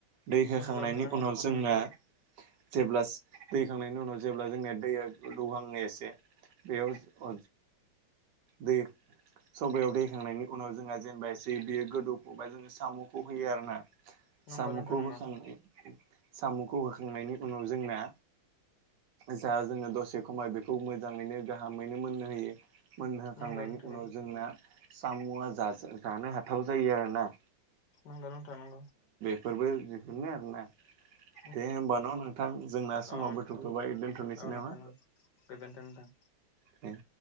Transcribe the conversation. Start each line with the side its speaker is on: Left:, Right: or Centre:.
Right: दै
Left: नंगौ
Right: होखांनायनि
Left: नंगौ नोंथां नंगौ
Right: उनाव जों जोंना जेब्ला दैहोखांनायनि उनाव जेब्ला जोंनिया दैया गोदौहांयो एसे बेयाव ओ अ दै सबायाव दै थांनायनि उनाव जोंहा जेनेबा एसे बियो गोदौफुबा जोङो साम'खौ होयो आरोना।
Left: नंगौ
Right: सामुखौ
Left: नंगौ नोंथां नंगौ
Right: होखांनाय सामुखौ होखांनायनि उनाव जोंना जा जोङो दसे खमाय बेखौ मोजाङैनो गाहामैनो मोननो होयो। मोनहोखांनायनि
Left: नंगौ नोंथां नंगौ
Right: उनाव जोंना सामुआ जाजो जानो हाथाव जायो आरोना।
Left: नंगौ नोंथा नंगौ।
Right: फोरबो दिहुनो आरोना।
Left: <inaudible>
Right: दे होमबा न' नोंथां जोंना समाबो
Left: औ नोंथां
Right: थुगंबाय दोनथ'नोसै
Left: औ
Right: नामा।
Left: नोंथां गोजोनथों नोंथां
Right: दे